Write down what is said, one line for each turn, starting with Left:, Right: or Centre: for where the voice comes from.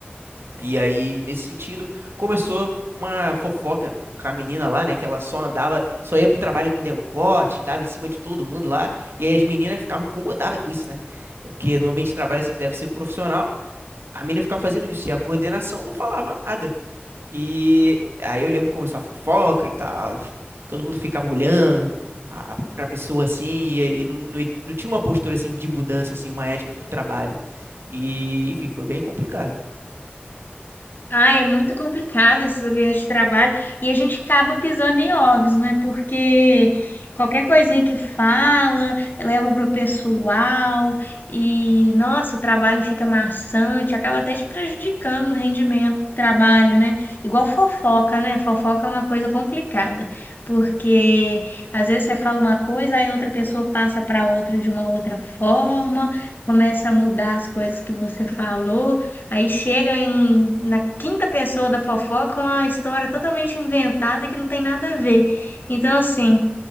Right: E aí, nesse sentido, começou uma fofoca com a menina lá, né? Que ela só andava, só ia pro trabalho com decote, dava em cima de todo mundo lá. E aí as meninas ficavam incomodadas com isso, né? Porque no ambiente de trabalho, assim, que deve ser profissional, a menina ficava fazendo isso. E a coordenação não falava nada. E aí eu lembro que começou a fofoca e tal. Todo mundo ficava olhando a, pra pessoa, assim. E aí não, não, não tinha uma postura, assim, de mudança, assim, uma ética pro trabalho. E, enfim, foi bem complicado.
Left: Ai, é muito complicado esses ambientes de trabalho e a gente acaba pisando em ovos, né? Porque qualquer coisinha que fala, leva pro pessoal e, nossa, o trabalho fica maçante, acaba até te prejudicando no rendimento do trabalho, né? Igual fofoca, né? Fofoca é uma coisa complicada, porque às vezes você fala uma coisa, aí outra pessoa passa para outra de uma outra forma, começa a mudar as coisas que você falou. Aí chega em- na quinta pessoa da fofoca uma história totalmente inventada que não tem nada a ver. Então, assim,